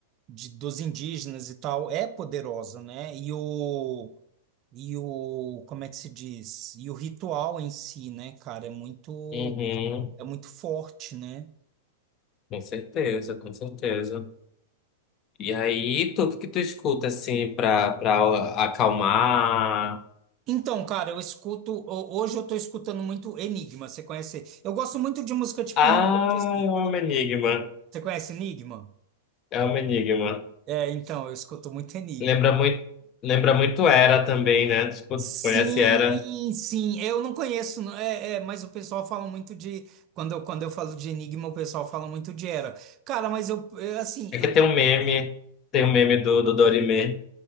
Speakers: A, on the right; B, on the left.
A: de- dos indígenas e tal é poderosa, né? E o, e o, como é que se diz? E o ritual em si, né, cara, é muito,
B: Uhum.
A: é muito forte, né?
B: Com certeza, com certeza. E aí, tu o que tu escuta, assim, pra, pra acalmar?
A: Então, cara, eu escuto, ho- hoje eu tô escutando muito Enigma, você conhece? Eu gosto muito de música tipo
B: Ah,
A: Nickelback, assim.
B: é um enigma.
A: Você conhece Enigma?
B: É um enigma.
A: É, então, eu escuto muito Enigma.
B: Lembra muito, lembra muito Era também, né? Tipo,
A: Sim,
B: conhece Era?
A: sim, eu não conheço, não- é, é, mas o pessoal fala muito de, quando eu, quando eu falo de Enigma, o pessoal fala muito de Era. Cara, mas eu, é, assim,
B: É
A: eu,
B: que tem um meme, tem um meme do, do Dorimê.